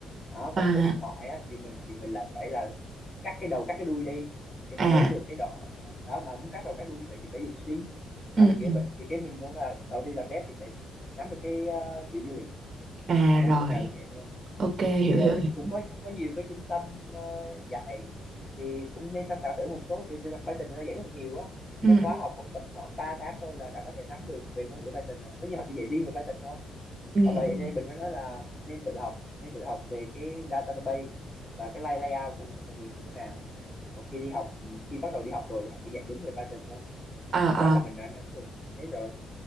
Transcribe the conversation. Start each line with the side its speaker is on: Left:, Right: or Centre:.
Left: đó
Right: à
Left: còn số điện thoại á, thì mình thì mình lại phải là cắt cái đầu cắt cái đuôi đi để
Right: à
Left: mình lấy được cái đoạn đó mà muốn cắt đầu cắt đuôi như vậy thì phải dùng string
Right: ừ
Left: đó là kiểu
Right: ừ
Left: vậy thì cái mình muốn là đầu tiên làm dev thì phải nắm được cái ờ, kiểu dữ liệu
Right: à
Left: còn
Right: rồi
Left: ngôn ngữ nào cũng vậy thôi
Right: ok hiểu
Left: thì ờ,
Right: hiểu
Left: nói
Right: hiểu.
Left: chung cũng có cũng có nhiều cái trung tâm ờ, dạy thì cũng nên tham khảo thử một số vì, vì đặc Python người ta dạy rất là nhiều á
Right: ừ
Left: cái khóa
Right: ừ
Left: học khoảng tầm khoảng 3 tháng thôi là đã có thể nắm được về ngôn ngữ Python rồi tất nhiên họ chỉ dạy riêng về Python thôi
Right: ừ
Left: và bởi
Right: ừ.
Left: vậy nên mình mới nói là nên tự học nên tự học về cái da- database và cái lay- layout của một cái phần mềm như thế nào còn khi đi học ừ, khi bắt đầu đi học rồi thì họ chỉ dạy đúng về Python thôi
Right: à
Left: lúc đó là
Right: à
Left: mình đã nắm được thế rồi